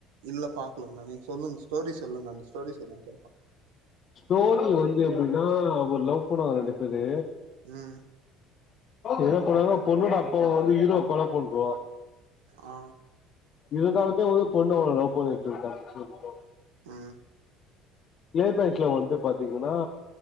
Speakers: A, on the right (about 85°); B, on the left (about 50°).
A: இல்ல பாக்கலங்க நீங்க சொல்லுங்க ஸ்டோரி சொல்லுங்க அந்த ஸ்டோரி சொல்லுங்க கேப்ப
B: ஸ்டோரி வந்து என் னன்னா ஒரு லவ் பண்ணுவாங்க ரெண்டு பேரு
A: ம்
B: என்ன பண்ணுவாங்கனா பொண்ணோட அப்பாவ வந்து ஹீரோ கொல பண்ருவா
A: ஆ
B: இருந்தாலுமே வந்து பொண்ணு அவன லவ் பண்ணிட்டுருக்கா <unintelligible>
A: ம்
B: க்ளைமேக்ஸ்ல வந்து பாத்தீங்கனா